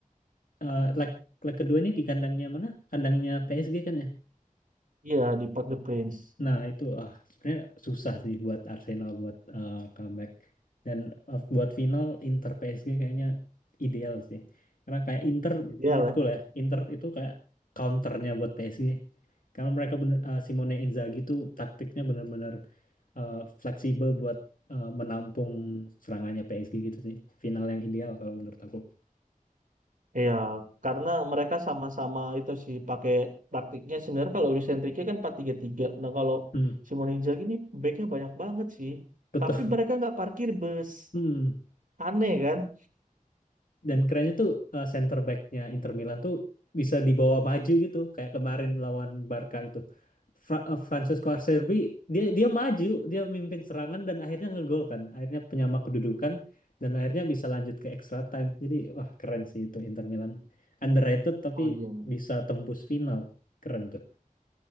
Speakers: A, on the left; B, on the right.
A: eh, leg leg kedua ini di kandangnya mana? Kandangnya PSG kan ya?
B: Iya di Park the Prince.
A: Nah, itu ah sebenarnya susah sih buat Arsenal buat eh, comeback dan eh, buat final Inter PSG kayaknya ideal sih. Karena kayak Inter
B: Ideal
A: menurutku
B: ya.
A: lah ya, Inter itu kayak counternya buat PSG. Karena mereka bener, eh, Simone Inzaghi tuh taktiknya benar-benar eh, fleksibel buat eh, menampung serangannya PSG gitu sih. Final yang ideal kalau menurut aku.
B: Iya, karena mereka sama-sama itu sih pakai taktiknya sebenarnya kalau Luis Enrique kan empat tiga tiga. Nah, kalau
A: Hmm,
B: Simone Inzaghi ini backnya banyak banget sih.
A: betul.
B: Tapi mereka nggak parkir bus.
A: <laughs> Hmm.
B: Aneh kan?
A: dan kerennya tuh eh, center back-nya Inter Milan tuh bisa dibawa maju gitu kayak kemarin lawan Barca itu Fra- eh, Francesco Acerbi dia dia maju dia mimpin serangan dan akhirnya ngegol kan akhirnya penyama kedudukan dan akhirnya bisa lanjut ke extra time jadi wah keren sih itu Inter Milan underrated tapi
B: Oh iya.
A: bisa tembus final keren tuh